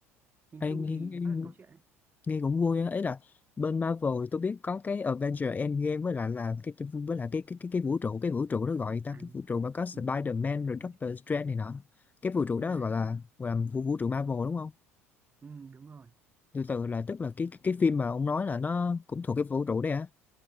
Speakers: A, on the right (about 25°); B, on the left (about 20°).
A: Nhìn
B: Ê,
A: chung
B: nghe,
A: thì
B: nghe
A: đó là câu chuyện đấy.
B: nghe cũng vui á, ấy là bên Marvel tôi biết có cái Avengers Endgame với lại là cái với lại cái cái cái, cái vũ trụ, cái vũ trụ đó gọi ta
A: À,
B: cái vũ trụ
A: ừ,
B: mà có Spider-Man
A: ừ, đảo
B: rồi
A: vũ
B: Doctor
A: trụ.
B: Strange này nọ. Cái vũ trụ
A: đúng
B: đó
A: rồi
B: gọi
A: đấy.
B: là gọi là vũ, vũ trụ Marvel đúng không?
A: Ừ, đúng rồi,
B: từ từ là tức là cái cái, cái phim mà ông nói là nó cũng thuộc cái vũ trụ đấy hả